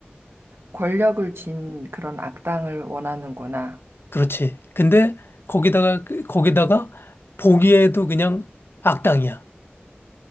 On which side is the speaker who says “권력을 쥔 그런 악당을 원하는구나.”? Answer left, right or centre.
Right